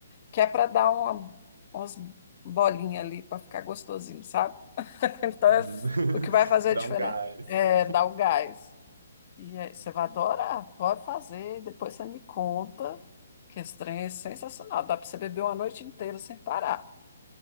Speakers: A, on the left; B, on the right.
A: que é para dar uma, umas bolinhas ali para ficar gostosinho, sabe? <laughs> Então,
B: Uhum.
A: é o que
B: <laughs>
A: vai fazer
B: Dá
A: a diferença
B: um gás.
A: é dar o gás. E aí, você vai adorar, pode fazer, depois você me conta, que esse trem é sensacional, dá para você beber uma noite inteira sem parar.